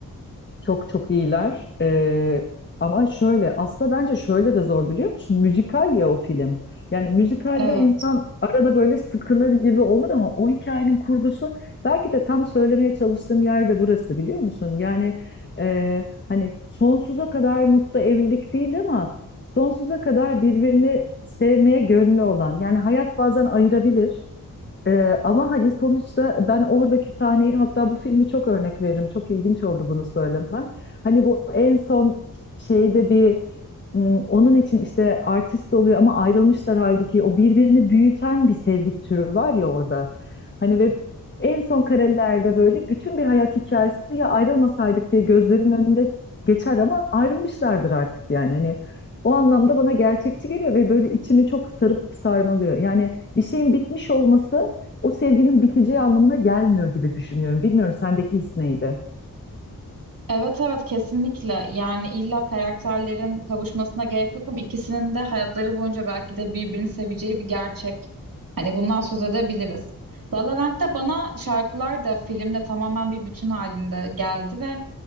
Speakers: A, on the left; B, on the right.
A: Çok çok iyiler. Ee, ama şöyle, aslında bence şöyle de zor biliyor musun? Müzikal ya o film. Yani müzikalde
B: Evet.
A: insan arada böyle sıkılır gibi olur ama o hikayenin kurgusu belki de tam söylemeye çalıştığım yerde burası biliyor musun? Yani e, hani sonsuza kadar mutlu evlilik değil ama sonsuza kadar birbirini sevmeye gönlü olan. Yani hayat bazen ayırabilir. Ee, ama hani sonuçta ben oradaki sahneyi hatta bu filmi çok örnek veririm. Çok ilginç oldu bunu söylemen. Hani bu en son şeyde bir m, onun için işte artist oluyor ama ayrılmışlar halbuki o birbirini büyüten bir sevgi türü var ya orada. Hani ve en son karelerde böyle bütün bir hayat hikayesi ya ayrılmasaydık diye gözlerin önünde geçer ama ayrılmışlardır artık yani. Hani o anlamda bana gerçekçi geliyor ve böyle içimi çok sarıp sarmalıyor. Yani bir şeyin bitmiş olması o sevginin biteceği anlamına gelmiyor gibi düşünüyorum. Bilmiyorum sendeki his neydi?
B: Evet evet kesinlikle yani illa karakterlerin kavuşmasına gerek yok ama ikisinin de hayatları boyunca belki de birbirini seveceği bir gerçek. Hani bundan söz edebiliriz. La La Land'de bana şarkılar da filmle tamamen bir bütün halinde geldi ve